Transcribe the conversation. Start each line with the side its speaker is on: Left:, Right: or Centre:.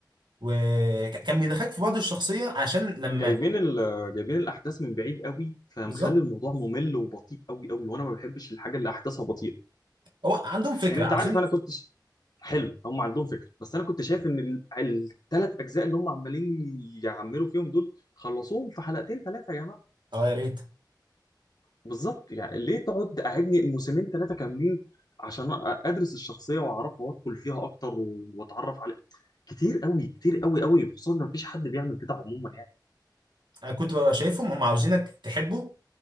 Right: وكان بيدخلك في بعد الشخصيه عشان لما
Left: جايبين ال- جايبين الاحداث من بعيد قوي فمخلي
Right: بالظبط
Left: الموضوع ممل وبطيء قوي قوي وانا ما بحبش الحاجه اللي احداثها بطيئه
Right: هو عندهم فكره
Left: يعني انت
Right: عاوزين
Left: عارف انا كنت ش... حلو هم عندهم فكره بس انا كنت شايف ان الثلاث اجزاء اللي هم عمالين يعملوا فيهم دول خلصوهم في حلقتين ثلاثه يا جماعه
Right: اه يا ريت
Left: بالظبط يعني ليه تقعد قاعدني موسمين ثلاثه كاملين عشان أ- ادرس الشخصيه واعرفها وادخل فيها اكتر و- واتعرف عليها كتير قوي كتير قوي قوي خصوصا ان مفيش حد بيعمل كده عموما يعني
Right: انا كنت ببقى شايفهم هم عاوزينك تحبه